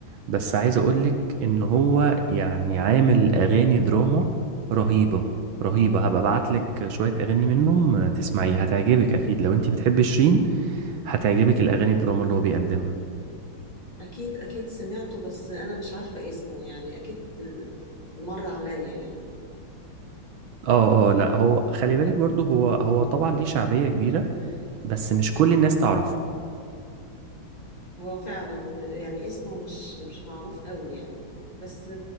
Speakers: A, on the right; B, on the left.
A: بس عايز اقولك ان هو يعني عامل اغاني دراما رهيبة
B: مم.
A: رهيبة هبقى ابعتلك شوية اغاني منهم تسمعيها هتعجبك اكيد لو انت بتحبي شيرين هتعجبك الاغاني الدراما اللي هو بيقدمها
B: اكيد اكيد سمعته بس انا مش عارفة اسمه يعني اكيد آه، مر عليا يعني
A: اه اه لا هو خلي بالك برضو هو هو طبعا ليه شعبية كبيرة بس مش كل الناس تعرفه
B: هو فعلا يعني اسمه مش مش معروف قوي يعني بس